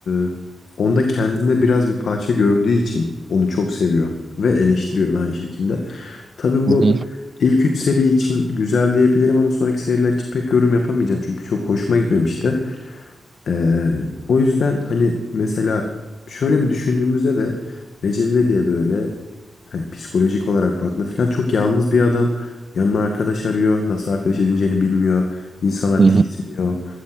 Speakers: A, on the left (about 75°); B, on the right (about 40°).
A: e, onda kendinde biraz bir parça gördüğü için onu çok seviyor ve eleştiriyor da aynı şekilde. Tabii bu
B: Hı hı,
A: ilk 3 seri için güzel diyebilirim ama sonraki seriler için pek yorum yapamayacağım. Çünkü çok hoşuma gitmemişti. Ee, o yüzden hani mesela şöyle bir düşündüğümüzde de Recep İvedik böyle hani psikolojik olarak baktığında falan çok yalnız bir adam. Yanına arkadaş arıyor. Nasıl arkadaş edineceğini bilmiyor. İnsanlar
B: hı
A: tiksiniyor
B: hı.